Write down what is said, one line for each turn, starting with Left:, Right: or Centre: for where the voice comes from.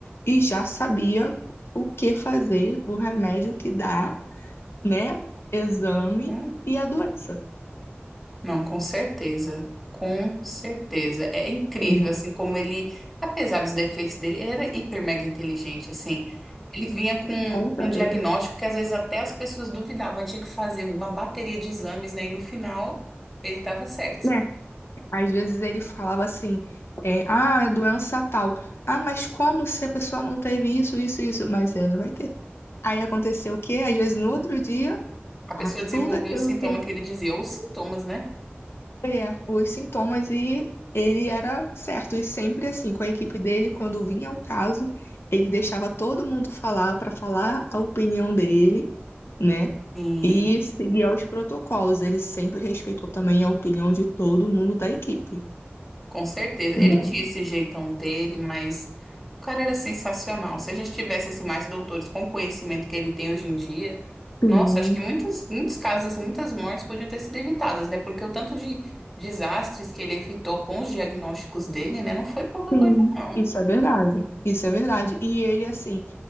Left: e já sabia o que fazer, o remédio que dá, né? Exame
Centre: Uhum.
Left: e a doença,
Centre: Não, com certeza. Com certeza. É incrível,
Left: né?
Centre: assim, como ele, apesar dos defeitos dele, ele era hiper mega inteligente, assim. Ele vinha com,
Left: Com
Centre: com
Left: certeza.
Centre: um diagnóstico que às vezes até as pessoas duvidavam, tinha que fazer uma bateria de exames, né? E no final ele estava certo.
Left: Né? Às vezes ele falava assim, é, ah, é doença tal. Ah, mas como se a pessoa não teve isso, isso, isso? Mas ela vai ter. Aí aconteceu o quê? Às vezes no outro dia,
Centre: A pessoa
Left: a
Centre: desenvolveu
Left: tudo aquilo
Centre: o sintoma
Left: que ele
Centre: que ele dizia, ou os sintomas, né?
Left: é, os sintomas, e ele era certo. E sempre assim, com a equipe dele, quando vinha o caso, ele deixava todo mundo falar para falar a opinião dele, né?
Centre: Sim,
Left: E seguia os protocolos. Ele sempre respeitou também a opinião de todo mundo da equipe.
Centre: com certeza. Ele
Left: né?
Centre: tinha esse jeitão dele, mas o cara era sensacional. Se a gente tivesse assim mais doutores com o conhecimento que ele tem hoje em dia,
Left: Sim,
Centre: nossa, acho que muitos, muitos casos assim, muitas mortes podiam ter sido evitadas, né? Porque o tanto de desastres que ele evitou com os diagnósticos dele, né, não foi pouca
Left: sim.
Centre: coisa, não.
Left: Isso é verdade. Isso é verdade. E ele, assim,